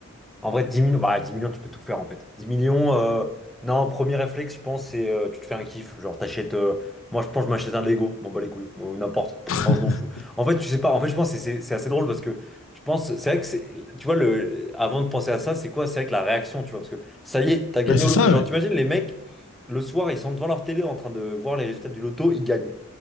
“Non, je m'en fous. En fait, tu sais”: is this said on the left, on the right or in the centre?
Centre